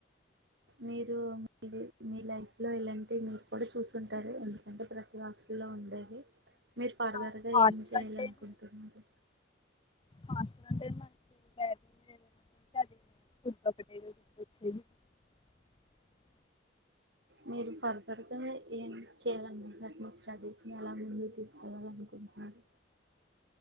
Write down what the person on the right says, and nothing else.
మీరు మీది మీ లైఫ్ లో ఇలాంటి మీరు కూడా చూసుంటారు ఎందుకంటే ప్రతి హాస్టల్లో ఉండేవే మీరు ఫర్దర్గా
ఏం చేయాలి
అనుకుంటున్నారు.
మీరు ఫర్దర్గా ఏం చేయాలనుకుంటున్నారు మీ స్టడీస్ ని ఎలా ముందుకు తీసుకెళ్లాలి అనుకుంటున్నారు.